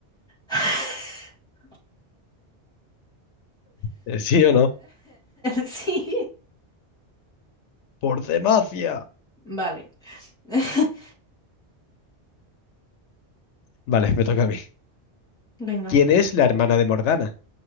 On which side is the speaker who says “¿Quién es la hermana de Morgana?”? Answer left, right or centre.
Left